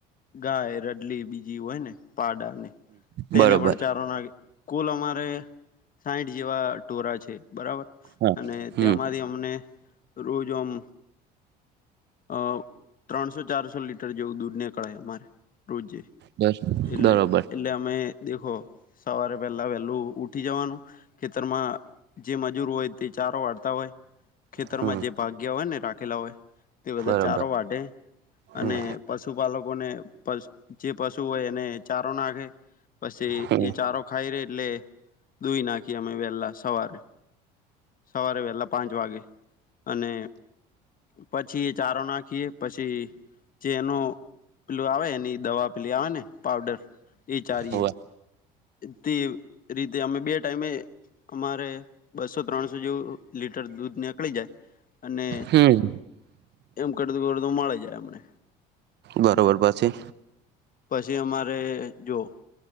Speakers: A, on the left; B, on the right.
A: ગાય, રડલી બીજી હોય ને, પાડા ને. તેને
B: બરોબર
A: પણ ચારો નાખી. કુલ અમારે સાઈઠ જેવા ટોળાં છે. બરાબર.
B: હા
A: અને
B: હમ
A: તેમાંથી અમને રોજ ઓમ અહ ત્રણસો-ચારસો લીટ ટર જેવું દૂધ નીકળાય અમારે રોજે.
B: બસ
A: એટલે-એટલે
B: બરોબર
A: અમે દેખો સવારે પહેલા વહેલું ઉઠી જવાનું ખેતરમાં જે મજૂર હોય તે ચારો વારતા હોય. ખેતરમાં
B: હમ
A: જે ભાગ્યા હોય ને રાખેલા હોય તે બધા
B: બરોબર
A: ચારો વાટે, અને
B: હમ
A: પશુપાલકોને <unintelligible> જે પશુ હોય એને ચારો નાખે. પસી
B: હમ
A: ઈ ચારો ખાઈ રહે એટલે દૂઈ નાખી અમે વહેલા સવારે. સવારે વહેલા પાંચ વાગે. અને પછી, ઈ ચારો નાખીએ પછી- જે, એનું પેલું, આવે એની દવા પેલી આવે ને પાવડર એ ચારીએ.
B: હોવે
A: તે રીતે અમે બે ટાઈમે અમારે- બસો, ત્રણસો જેવું લીટર દૂધ નેકળી જાય અને
B: હમ
A: - એમ કરતુ કરતુ મળે જાય અમને.
B: બરાબર પછી,
A: પછી અમારે જો-